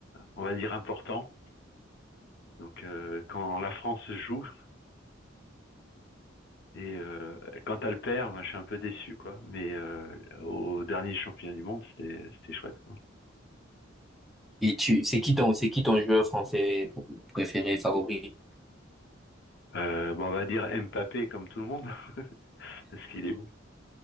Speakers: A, on the left; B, in the centre.
A: on va dire importants. Donc euh, quand la France joue et euh, quand elle perd, moi, je suis un peu déçu quoi. Mais euh, au dernier championnat du monde, c'était c'était chouette. Quoi.
B: Et tu, c'est qui ton, c'est qui ton joueur français préféré, favori?
A: Euh, bon, on va dire Mbappé comme tout le monde <laughs> parce qu'il est beau.